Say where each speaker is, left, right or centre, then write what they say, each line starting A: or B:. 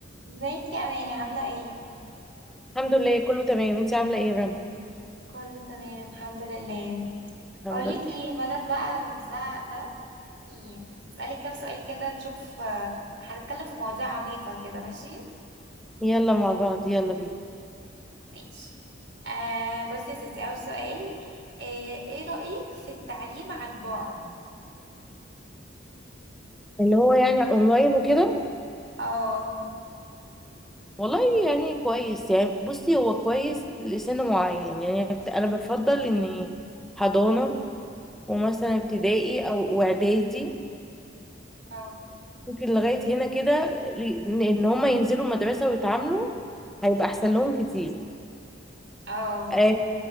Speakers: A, on the right; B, in the centre.
A: ازيك يا اماني عامله ايه
B: الحمد لله كله تمام انتي عامله ايه يا رب
A: كله تمام الحمد لله بقولك
B: الحمد لله
A: ايه بدل بقى الزعق ده إيه، اسالك كام سؤال كده نشوف آه، هنتكلم في مواضيع عميقه كده ماشي
B: يلا مع بعض يلا بينا
A: ماشي آه بصي يا ستي اول سؤال ايه, إيه رايك في التعليم عن بعد
B: اللي هو يعني اونلاين وكده
A: اه
B: والله يعني كويس يعني بصي هو كويس لسن معين يعني بت- انا بفضل اني حضانه ومثلا ابتدائي او واعدادي
A: اه
B: ممكن لغايه هنا كده ل- ان هم ينزلوا مدرسه ويتعاملوا هيبقى احسن لهم كتير
A: اه
B: آه،